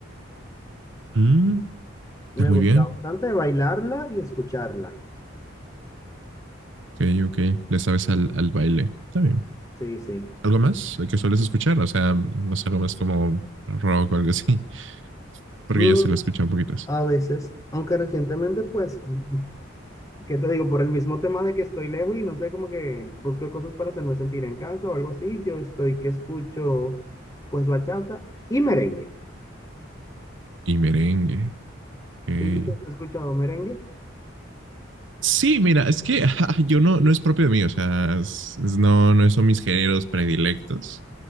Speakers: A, on the right; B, on the left.
A: Mm, está
B: Me
A: muy
B: gusta
A: bien.
B: bastante bailarla y escucharla.
A: Ok, ok. Le sabes al, al baile. Está bien.
B: Sí, sí.
A: ¿Algo más que sueles escuchar? O sea, no sé, algo más como rock o algo así. <laughs> Porque
B: Mm,
A: yo sí lo escucho un poquito.
B: a veces, aunque recientemente, pues, <laughs> ¿qué te digo? Por el mismo tema de que estoy lejos y no sé, como que busco cosas para hacerme sentir en casa o algo así, yo estoy que escucho, pues, bachata y merengue.
A: Y merengue. ok.
B: Sí, ¿has escuchado merengue?
A: Sí, mira, es que <laughs> ajá, yo no, no es propio de mí, o sea, es- es- no, no son mis géneros predilectos,